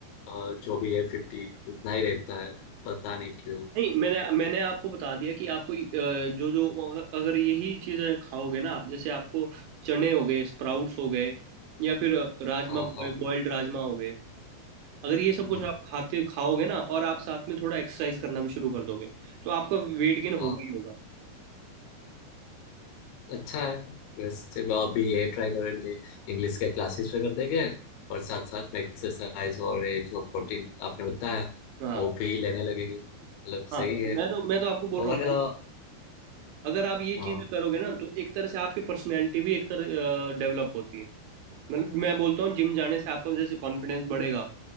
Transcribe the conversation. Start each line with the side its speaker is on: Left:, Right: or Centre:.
Left: अ, जो भी है फिफ्टी उतना ही रहता है पता नहीं क्यों
Right: नहीं मैंने मैंने आपको बता दिया कि आपको अ, जो जो अगर अगर यही चीज़ें खाओगे ना आप जैसे आपको चने हो गए स्प्राउट्स हो गए या फिर राजमा
Left: हाँ हाँ
Right: बॉयल्ड राजमा हो गए अगर ये सब कुछ
Left: हम्म,
Right: आप खाते खाओगे ना और आप साथ में थोड़ा एक्सरसाइज करना भी शुरू कर दोगे तो आपका वेट गेन होगा
Left: हाँ
Right: ही होगा
Left: अच्छा है वैसे मैं अभी ये ट्राई करेंगे इंग्लिश के क्लासेस वगैरह देंगे और साथ साथ में एक्सरसाइज और ये जो प्रोटीन आपने बताया
Right: हाँ
Left: वो भी लेने लगेंगे मतलब
Right: हाँ
Left: सही है
Right: मैं तो मैं तो आपको बोल
Left: और
Right: रहा हूँ भाई
Left: अ,
Right: अगर आप ये
Left: हाँ
Right: चीजें करोगे ना तो एक तरह से आपकी पर्सनैलिटी भी एक तरह डेवलप होती है मतलब मैं बोलता हूँ जिम जाने से आपका जैसे कॉन्फिडेंस बढ़ेगा